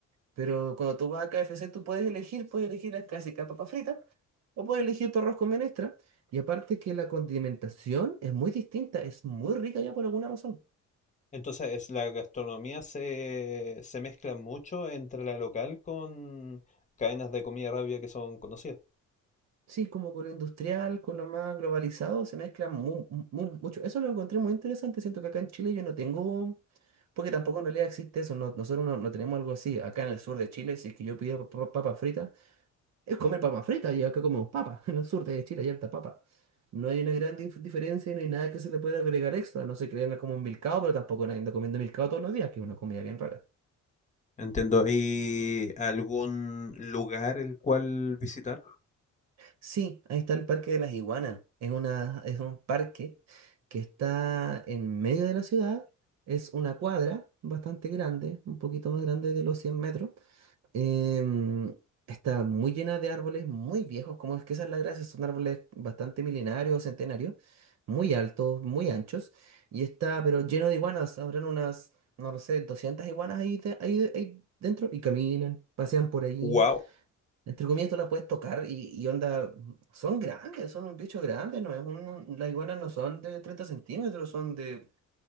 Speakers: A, on the right; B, on the left.
A: Pero cuando tú vas a KFC, tú puedes elegir, puedes elegir la clásica papa frita o puedes elegir tu arroz con menestra. Y aparte que la condimentación es muy distinta, es muy rica ya por alguna razón.
B: Entonces, es- la gastronomía se, se mezcla mucho entre la local con cadenas de comida rápida que son conocidas.
A: Sí, como con lo industrial, con lo más globalizado, se mezcla mu- mu- mucho. Eso lo encontré muy interesante. Siento que acá en Chile yo no tengo, porque tampoco en realidad existe eso. no- nosotros no, no tenemos algo así. Acá en el sur de Chile, si es que yo pido pa- papas fritas, es comer papas fritas y acá comemos papas. <laughs> En el sur de Chile hay harta papa. No hay una gran dif- diferencia y no hay nada que se le pueda agregar extra. No se crean como un milcao, pero tampoco nadie anda comiendo milcao todos los días, que es una comida bien rara.
B: Entiendo. ¿Y algún lugar el cual visitar?
A: Sí, ahí está el Parque de las Iguanas. Es una, es un parque que está en medio de la ciudad. Es una cuadra bastante grande, un poquito más grande de los 100 metros. Em, está muy llena de árboles muy viejos, como es que esa es la gracia. Son árboles bastante milenarios, centenarios, muy altos, muy anchos. Y está, pero lleno de iguanas. Habrán unas, no lo sé, 200 iguanas ahí, de- ahí ahí dentro y caminan, pasean por ahí.
B: Wow.
A: Entre comillas, tú la puedes tocar y, y onda, son grandes, son un bicho grande, ¿no? Es un- las iguanas no son de 30 centímetros, son de